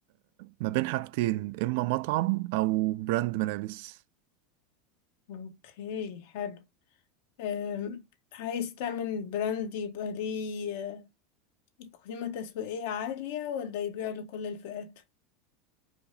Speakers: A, on the right; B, on the left.
A: ما بين حاجتين اما مطعم او براند ملابس
B: اوكي حلو آم، عايز تعمل براند يبقى ليه آه، قيمة تسويقية عالية ولا يبيع لكل الفئات